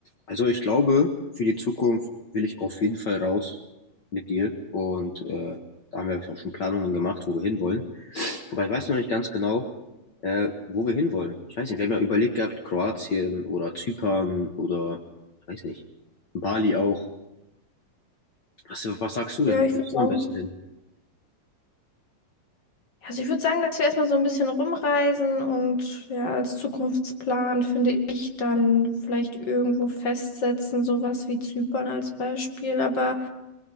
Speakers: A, on the left; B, on the left.
A: Also ich glaube, für die Zukunft will ich auf jeden Fall raus mit dir. Und äh, da haben wir auch schon Planungen gemacht, wo wir hinwollen. Aber ich weiß noch nicht ganz genau, äh, wo wir hinwollen. Ich weiß nicht, wir haben ja überlegt gehabt, Kroatien oder Zypern oder, ich weiß nicht, Bali auch. Was, was sagst du
B: Ja,
A: denn?
B: ich
A: Wo
B: würde
A: bist
B: sagen,
A: du am besten hin?
B: also ich würde sagen, dass wir erstmal so ein bisschen rumreisen und ja, als Zukunftsplan finde ich dann vielleicht irgendwo festsetzen, sowas wie Zypern als Beispiel. Aber